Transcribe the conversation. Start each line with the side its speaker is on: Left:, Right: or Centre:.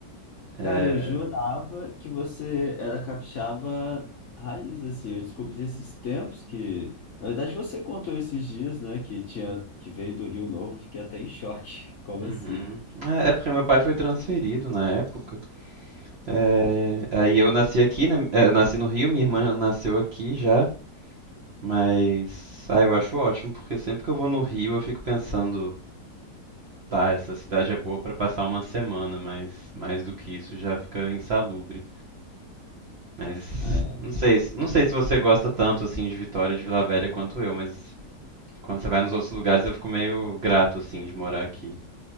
Right: É...
Left: Cara, eu jurava que você era capixaba raiz, assim, eu descobri esses tempos que... Na verdade, você contou esses dias, né, que tinha, que veio do Rio Novo, fiquei até em choque, <laughs> como
Right: Uhum.
Left: assim?
Right: É, é porque meu pai foi transferido na época. É, Aí eu nasci aqui, né? É, Eu nasci no Rio, minha irmã nasceu aqui já, mas ah, eu acho ótimo, porque sempre que eu vou no Rio eu fico pensando, tá, essa cidade é boa pra passar uma semana, mas mais do que isso já fica insalubre. Mas
Left: É.
Right: não sei, se- não sei se você gosta tanto assim de Vitória e de Vila Velha quanto eu, mas quando você vai nos outros lugares eu fico meio grato assim de morar aqui.